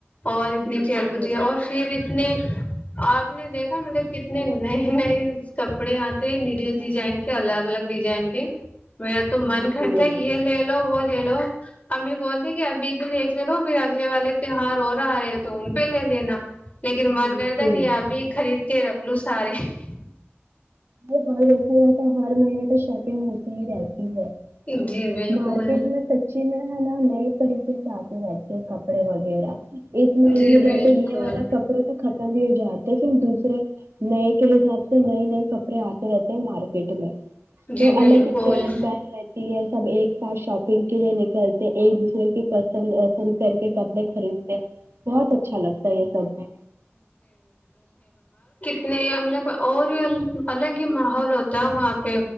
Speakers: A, on the left; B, on the right.
A: اور اتنی
B: بالکل
A: چیل بجھے اور پھر آپ نے دیکھا مطلب کتنے نئے نئے کپڑے آتے نیلے ڈیزائن کے الگ الگ ڈیزائن کے میرا تو من
B: بالکل
A: کررتا ہے یہ لے لو وہ لے لو امی بولتی کہ ابھی کے ل ل لو پھر اگلے والے تیوار رو رہا رہے ہیں تو ان پہ لے لینا لیکن من
B: بالکل
A: کر تک نہیں ابھی خرید کہ رپ لو سارے <unintelligible>
B: ہر دیکھا جائے تو ہر مہینے تو شاپنگ ہوتی <unintelligible> رہتی ہے
A: جی بالکل
B: مارکیٹ میں سچی میں ہاں نہیںتڑی <unintelligible> پھر جاہ کے بیٹھے کپڑے و <unintelligible> گڑا <unintelligible> اس مہینے
A: جی
B: میں
A: بالکل
B: جو ہوتے یہ والا کپڑے کا ے جاتے پھر دوسرے نئے کے حساب سے نئے نئے کپڑے <unintelligible> کپڑے آتے رہتے ہیں مارکیٹ میں
A: جی
B: تو الگ
A: بالکل
B: ہی چہل پہن رہتی ہے سب ایک ساتھ شاپنگ کے لیے نکلتے ایک دوسرے کی پس وس کر کے کپڑے خریدتے بہت اچھا لگتا ہے یہ سب میں
A: نہیں مطلب اور ہی الگ ہی ماحول ہوتا ہے وہاں پہ